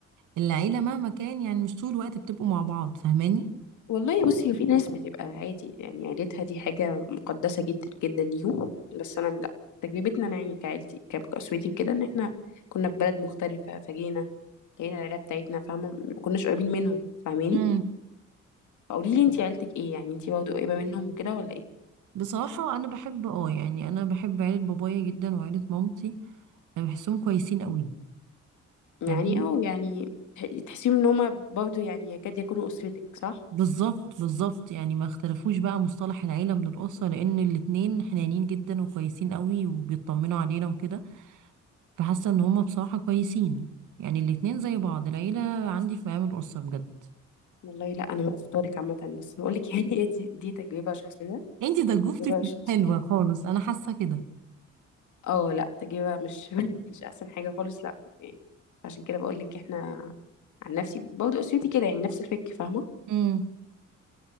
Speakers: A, on the right (about 80°); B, on the left (about 75°).
A: العيله مهما كان يعني مش طول الوقت بتبقوا مع بعض فاهماني
B: والله بصي في ناس بتبقى عادي يعني عيلتها دي حاجة مقدسة جدا جدا ليهم بس أنا لا تجربتنا أنا يعني كعيلتي ك- كأسرتي وكده إن إحنا كنا في بلد مختلفة فجينا لقينا العيلة بتاعتنا فاهمة مكناش قريبين منهم فاهماني
A: امم
B: فقولي لي انتي عيلتك ايه يعني انتي برضه قريبة منهم وكده ولا ايه
A: بصراحه انا بحب اه يعني انا بحب عيله بابايا جدا وعيله مامتي انا بحسهم كويسين قوي
B: يعني
A: فاهماني
B: أو يعني تحسيهم إن هما برضه يعني يكاد يكونوا أسرتك صح؟
A: بالظبط بالظبط يعني ما اختلفوش بقى مصطلح العيله من الاسره لان الاتنين حنانين جدا وكويسين قوي وبيطمنوا علينا وكده فحاسه ان هما بصراحه كويسين يعني الاتنين زي بعض العيله عندي في مقام الاسره بجد
B: والله لا أنا مش فطارك عامة بس بقول لك <laughs> يعني هي دي, دي تجربة شخصية
A: انتي ضجوفتك
B: تجربة شخصية
A: مش حلوة خالص انا حاسة كده
B: اه لا تجربة مش <laughs> مش أحسن حاجة خالص لا يعني عشان كده بقول لك احنا عن نفسي برضه أسرتي كده يعني نفس الفكر فاهمة؟
A: امم